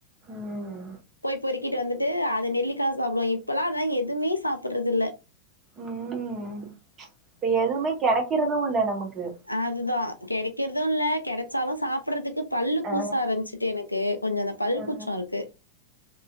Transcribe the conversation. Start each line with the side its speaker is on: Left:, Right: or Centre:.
Right: ம்
Left: போய் போரிக் கிட்டு வந்துட்டு அத நெல்லிக்கா சாப்டுவோ இப்பல்லா அதல்லா எதுமே சாப்டறதுல்ல
Right: உம் இப்ப எதுவ்மே கெடைக்கறது இல்ல நமக்கு
Left: அதுதா கெடைக்றது இல்ல கெடச்சாலுத சாப்படுறதுக் இல்ல பல்லு
Right: ஆ
Left: கூச ஆரம்பிச்ட் எனக்கு கொஞ்ச அந்த பல்
Right: ஆ
Left: கூச்சோ இருக்கு